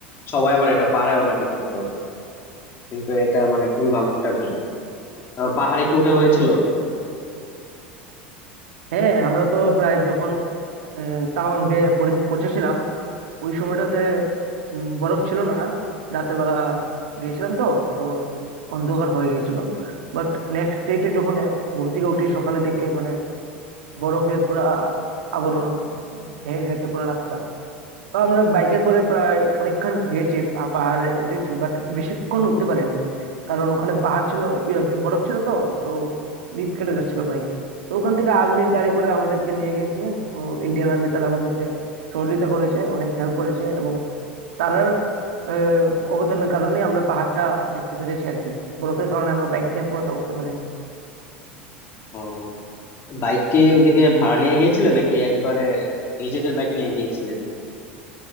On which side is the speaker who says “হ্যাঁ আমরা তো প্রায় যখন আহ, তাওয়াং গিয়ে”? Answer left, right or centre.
Right